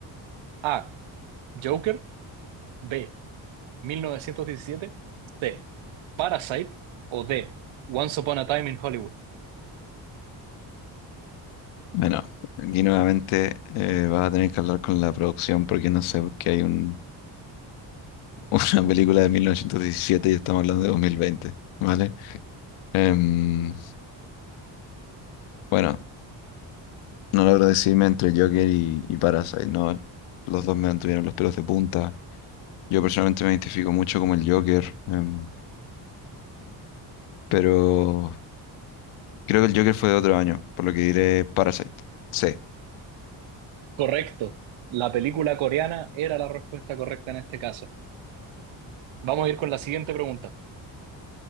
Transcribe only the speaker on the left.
Bueno, aquí nuevamente eh, vas a tener que hablar con la producción porque no sé por qué hay un <laughs> Una película de 1917 y estamos hablando de 2020, ¿vale? Em, bueno, no logro decidirme entre Joker y, y Parasite, ¿no? Los dos me mantuvieron los pelos de punta. Yo personalmente me identifico mucho como el Joker, em, pero creo que el Joker fue de otro año, por lo que diré Parasite. Sí.